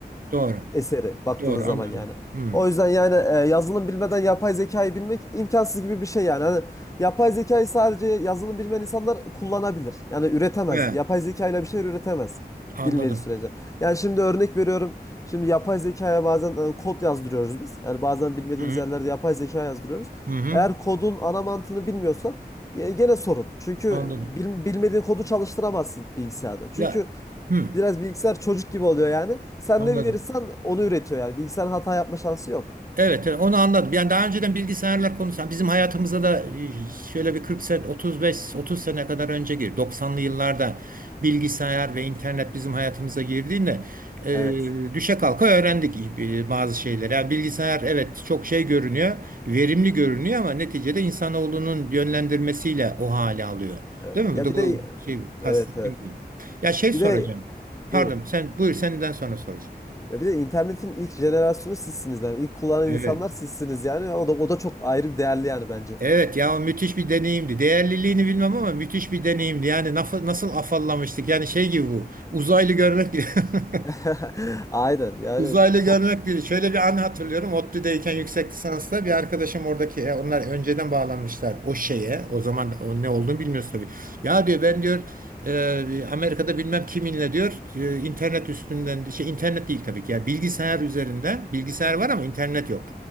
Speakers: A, on the right (about 55°); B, on the left (about 20°).
A: doğru.
B: e, eseri baktığınız
A: Doğru anladım.
B: zaman yani.
A: Hı.
B: O yüzden yani e, yazılım bilmeden yapay zekayı bilmek imkansız gibi bir şey yani. Hani yapay zekayı sadece yazılım bilmeyen insanlar kullanabilir. Yani üretemez.
A: He,
B: Yapay zekayla bir şey üretemez
A: anladım.
B: bilmediği sürece. Yani şimdi örnek veriyorum. Şimdi yapay zekaya bazen e, kod yazdırıyoruz biz. Yani bazen bilmediğimiz
A: Hı, hı,
B: yerlerde yapay zeka yazdırıyoruz.
A: hı, hı,
B: Eğer kodun ana mantığını bilmiyorsan ye- gene sorun. Çünkü
A: anladım.
B: bil- bilmediğin kodu çalıştıramazsın bilgisayarda. Çünkü
A: Ya hı,
B: biraz bilgisayar çocuk gibi oluyor yani. Sen
A: anladım.
B: ne verirsen onu üretiyor yani. Bilgisayarın hata yapma şansı yok.
A: Evet, evet, onu anladım. Yani daha önceden bilgisayarlar konusu. yani Bizim hayatımıza da e, şöyle bir 40 sene, 35, 30 sene kadar önce girdi. 90'lı yıllarda bilgisayar ve internet bizim hayatımıza girdiğinde e,
B: Evet.
A: düşe kalka öğrendik e, bazı şeyleri. Yani bilgisayar evet çok şey görünüyor, verimli görünüyor ama neticede insanoğlunun yönlendirmesiyle o hale alıyor.
B: Evet.
A: Değil mi?
B: Ya
A: Bu da
B: bir
A: bu
B: de
A: şey kastettiğim
B: evet evet.
A: gibi. Ya şey
B: Bir
A: soracağım.
B: de
A: Pardon,
B: buyurun.
A: sen buyur senden sonra soracağım.
B: Ya bir de internetin ilk jenerasyonu sizsiniz yani. İlk kullanan
A: Evet.
B: insanlar sizsiniz yani. O da o da çok ayrı bir değerli yani bence.
A: Evet ya o müthiş bir deneyimdi. Değerliliğini bilmem ama müthiş bir deneyimdi. Yani naf- nasıl afallamıştık? Yani şey gibi bu. Uzaylı görmek gibi. <laughs>
B: <laughs> Aynen yani
A: Uzaylı
B: çok
A: görmek biri. Şöyle bir an hatırlıyorum. ODTÜ'deyken yüksek lisansta bir arkadaşım oradaki e, onlar önceden bağlanmışlar o şeye. O zaman da- o ne olduğunu bilmiyoruz tabii. Ya diyor ben diyor e, Amerika'da bilmem kiminle diyor e, internet üstünden şey internet değil tabii ki. Yani bilgisayar üzerinden bilgisayar var ama internet yok